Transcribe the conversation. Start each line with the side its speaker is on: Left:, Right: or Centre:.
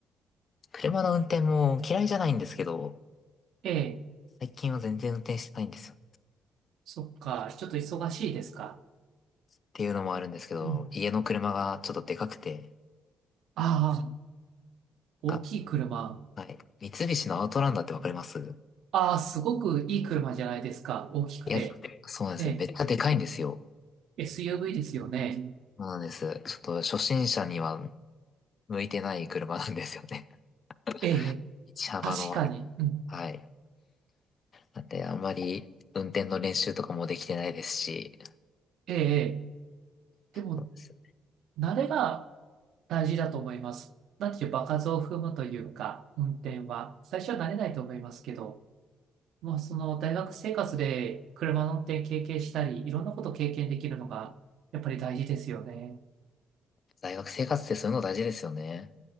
Left: 車の運転も嫌いじゃないんですけど、
Right: ええ、
Left: 最近は全然運転してないんですよ。
Right: そっか、ちょっと忙しいですか
Left: っていうのもあるんですけど、
Right: うん。
Left: 家の車がちょっとでかくて、
Right: ああ、大きい車。
Left: なんか、はい。三菱のアウトランダーってわかりますい
Right: ああ、すごくいい車じゃないですか、大きくて。
Left: や、そうなんですよ。
Right: え
Left: めっちゃでかいんですよ。
Right: え、SUV ですよね。
Left: そうなんです。ちょっと初心者には向いてない車なんですよね。
Right: ええ、
Left: <laughs> 道幅の割り。
Right: 確かに。うん。
Left: はい。なんで、あんまり運転の練習とかもできてないですし、
Right: ええ、ええでも、
Left: そうです
Right: 慣れが大事だと思います。なんていう場数を踏むというか、運転は。最初は慣れないと思いますけど、もうその大学生活で車の運転経験したり、いろんなことを経験できるのが、やっぱり大事ですよね。
Left: 大学生活ってそういうの大事ですよね。